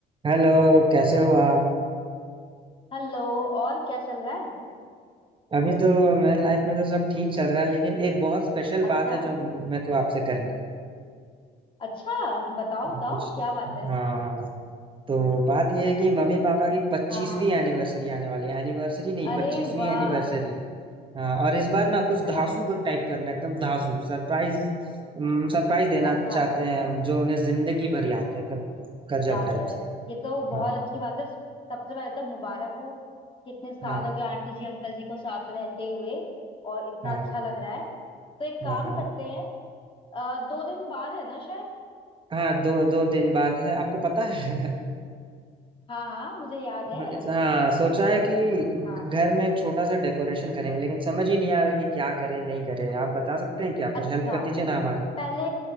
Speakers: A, on the right (about 30°); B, on the left (about 30°).
A: Hello कैसे हो आप
B: Hello और क्या चल रहा है
A: अभी तो मेरे लाइफ में तो सब ठीक चल रहा है लेकिन एक बहुत स्पेशल
B: अच्छा
A: बात है जो मेरे को आपसे करनी
B: अच्छा बताओ
A: है
B: बताओ
A: कुछ
B: क्या बात है
A: हाँ तो बात यह है कि मम्मी पापा की पच्चीसवीं
B: हाँ हाँ
A: एनिवर्सरी आने वाली है एनिवर्सरी नहीं
B: अरे
A: पच्चीसवीं
B: वाह
A: एनिवर्सरी हाँ और इस बार ना कुछ धांसू
B: अरे वाह
A: टाइप करना है, एकदम धांसू सरप्राइज सरप्राइज देना
B: अच्छा
A: चाहते हैं हम जो उन्हें जिंदगी भर याद रहे एकदम गजब
B: याद
A: टाइप
B: रहे
A: से
B: ये तो बहुत
A: हाँ
B: अच्छी बात है सबसे पहले तो मुबारक हो कितने साल
A: हाँ
B: हो गए आंटी जी अंकल जी को साथ रहते हुए और इतना
A: हाँ
B: अच्छा लग रहा है तो एक काम
A: हाँ हाँ
B: करते हैं अ, दो दिन बाद है ना शायद
A: हाँ दो दो दिन बाद है आपको पता है
B: हाँ हाँ मुझे याद है
A: अच्छा, हाँ सोचा है
B: ए,
A: कि
B: हाँ
A: घर में एक छोटा सा डेकोरेशन करेंगे लेकिन समझ ही नहीं आ रहा कि क्या करें नहीं करें आप बता सकते हैं क्या कुछ
B: अच्छा
A: हेल्प कर दीजिए ना हमारी
B: पहले